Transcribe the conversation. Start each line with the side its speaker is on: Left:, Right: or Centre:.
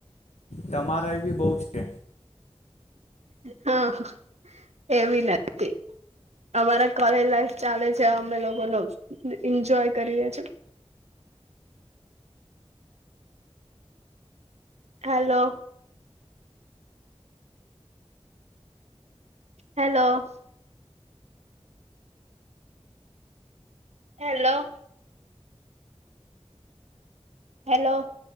Left: તમારા એ બી બહુ છે.
Right: હા એવી લાગતી અમારા કોલેજ લાઈફ ચાલે છે અમે લોકો ન એન્જોય કરીએે છે. હલો. હેલો. હેલો. હેલો.